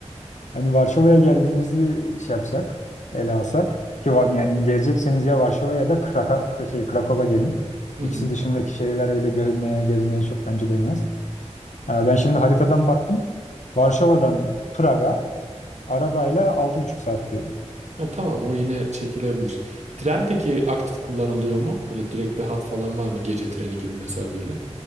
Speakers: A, on the left (about 80°); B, on the right (about 70°).
A: Hani Varşova'ya geldiğinizi şey yapsak, ele alsak ki var, yani gelecekseniz ya Varşova ya da Kraka, Kra- şey, Krakow'a gelin.
B: Hı hı.
A: İkisi dışındaki şehirler öyle görülmeye, gezmeye çok bence değmez. Ha, Ben şimdi haritadan baktım. Varşova'dan Prag'a arabayla altı buçuk saat diyor.
B: Ha, tamam o yine çekilebilir. Tren peki aktif kullanılıyor mu? Öyle direkt bir hat falan var mı? Gece treni gibi mesela böyle.